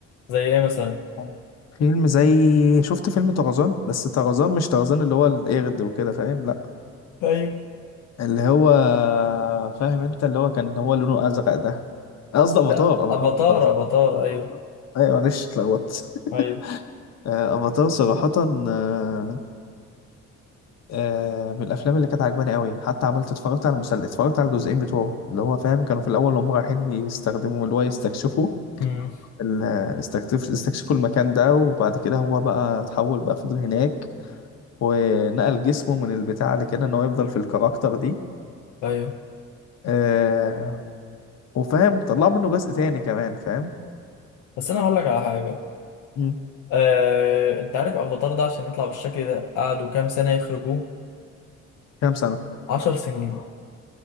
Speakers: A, on the left; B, on the left.
A: زي إيه مثلا؟
B: آه. فيلم زي شفت فيلم طرزان بس طرزان مش طرزان اللي هو القرد وكده فاهم لا
A: ايوه
B: اللي هو فاهم انت اللي هو كان هو لونه ازرق ده قصدي افاتار
A: لا أفاتار
B: افاتار طرزان
A: أفاتار
B: أفاتار.
A: أيوه
B: ايوه معلش اتلخبطت <laughs>
A: أيوه
B: آه، افاتار صراحة آه، آه من الافلام اللي كانت عجباني قوي حتى عملت اتفرجت على المسلسل اتفرجت على الجزئين بتوعه اللي هو فاهم كانوا في الاول هم رايحين يستخدموا اللي هو يستكشفوا
A: امم
B: ال- استكشف استكشفوا المكان ده وبعد كده هو بقى اتحول بقى فضل هناك ونقل جسمه من البتاع اللي كده ان هو يفضل في الكاركتر دي
A: أيوه
B: آه وفاهم طلعوا منه جزء تاني كمان فاهم
A: بس أنا هقول لك على حاجة
B: مم.
A: آه، أنت عارف أفاتار ده عشان يطلع بالشكل ده قعدوا كام سنة يخرجوه؟
B: كام سنة
A: عشر سنين